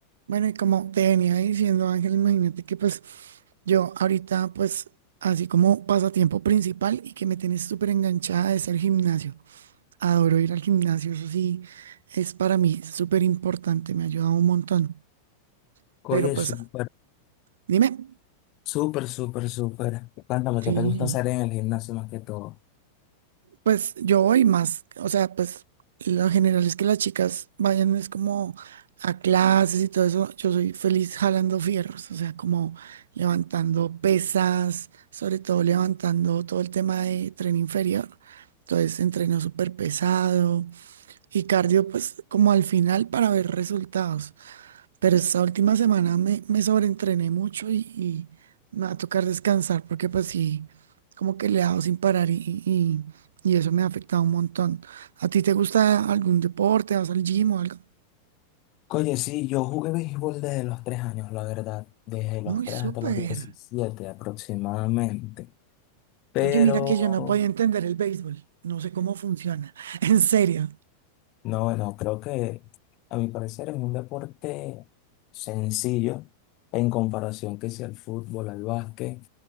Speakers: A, on the right; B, on the left.
A: Bueno, y como te venía diciendo, Ángel, imagínate que pues yo ahorita pues así como pasatiempo principal y que me tienes súper enganchada es el gimnasio. Adoro ir al gimnasio, eso sí, es para mí súper importante, me ha ayudado un montón.
B: Oye,
A: Pero pues
B: súper,
A: dime.
B: súper, súper, súper. Cuéntame,
A: Sí.
B: ¿qué te gusta hacer en el gimnasio más que todo?
A: Pues yo voy más, o sea, pues lo general es que las chicas vayan, es como a clases y todo eso. Yo soy feliz jalando fierros, o sea, como levantando pesas, sobre todo levantando todo el tema de tren inferior. Entonces, entreno súper pesado y cardio, pues como al final para ver resultados. Pero esta última semana me, me sobreentrené mucho y, y me va a tocar descansar porque pues sí, como que le he dado sin parar y, y, y eso me ha afectado un montón. ¿A ti te gusta algún deporte? ¿Vas al gym o algo?
B: Oye, sí, yo jugué béisbol desde los tres años, la verdad. Desde los
A: Muy
B: tres
A: súper.
B: hasta los 17 aproximadamente. Mm. Pero
A: Oye, mira que yo no podía entender el béisbol. No sé cómo funciona. <laughs> En serio.
B: No, no, creo que a mi parecer es un deporte sencillo en comparación que sea al fútbol, al básquet,